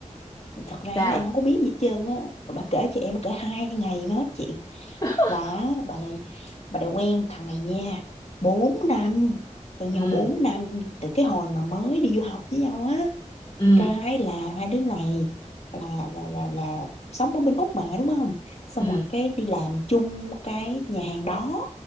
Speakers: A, on the left (about 55°); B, on the left (about 30°).
A: thật ra
B: Sao?
A: là em không có biết gì hết trơn á Mà bà kể cho em bà kể hai ngày mới hết chuyện
B: <laughs>
A: là bà này bà này quen thằng này nha bốn năm quen
B: Ừ,
A: nhau bốn năm từ cái hồi mà mới đi du học với nhau á
B: ừ,
A: cái là hai đứa này là là là là sống ở bên Úc mà đúng không xong
B: ừ,
A: rồi cái đi làm chung cái nhà hàng đó